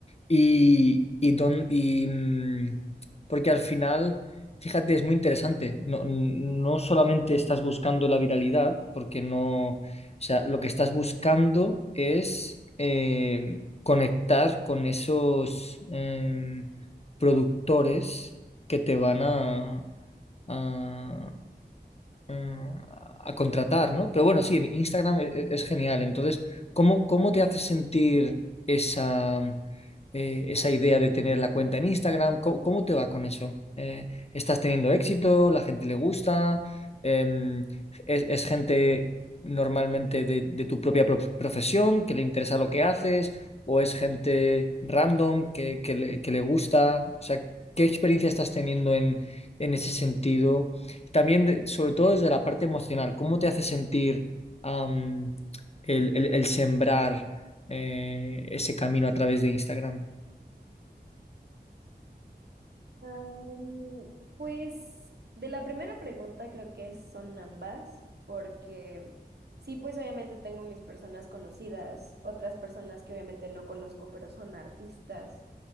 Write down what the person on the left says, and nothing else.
Y, y, don- y, mm, porque al final, fíjate, es muy interesante. No, no solamente estás buscando la viralidad, porque no, o sea, lo que estás buscando es eh, conectar con esos em, productores que te van a, a- a contratar, ¿no? Pero bueno, sí, en Instagram e- e- es, genial. Entonces, ¿cómo, cómo te hace sentir esa, eh, esa idea de tener la cuenta en Instagram? ¿Cómo, cómo te va con eso? Eh, ¿estás teniendo éxito? ¿La gente le gusta? Em, ¿es, es gente normalmente de, de tu propia pro- profesión que le interesa lo que haces? ¿O es gente random que, que le, que le gusta? O sea, ¿qué experiencia estás teniendo en, en ese sentido? también, de- sobre todo desde la parte emocional, ¿cómo te hace sentir am, el, el- el sembrar eh, ese camino a través de Instagram?